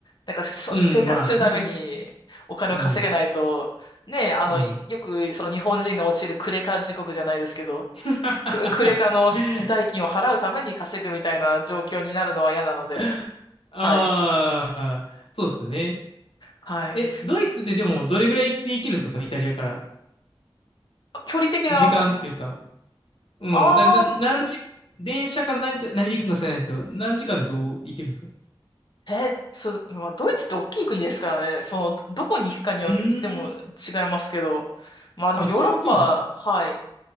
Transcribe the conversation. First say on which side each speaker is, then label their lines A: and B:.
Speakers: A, on the left; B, on the left.
A: なんかそ
B: うん、
A: <laughs> 生活するためにお金を稼げないと、
B: まあね。うん、
A: ねえ、あの、
B: うん。
A: いよくその日本人が陥るクレカ地獄じゃないですけど、
B: <laughs>
A: ク、クレカのす代金を払うために稼ぐみたいな状況になるのは嫌なので、
B: <laughs> ああ、
A: はい。
B: そうですよね。
A: はい。
B: え、ドイツってでもどれぐらいで行けるんですか、そのイタリアから。
A: 距離的な、
B: 時間っていうか。
A: は
B: うん。
A: あー、
B: な、な、何時、電車かなんか、何で行くのか知らないですけど、何時間でどう行けるんですか
A: え、そ、まあ、ドイツって大きい国ですからね、その、どこに行くかによっても違いますけど、
B: うーん。
A: まあでもヨーロッパ、
B: あ、そんな大きいんだ。
A: はい。